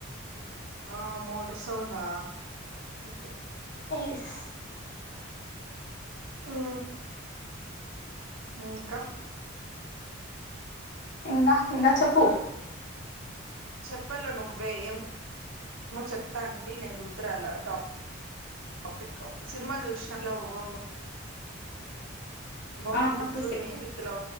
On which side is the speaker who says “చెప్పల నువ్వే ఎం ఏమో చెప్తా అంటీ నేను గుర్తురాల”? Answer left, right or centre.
Right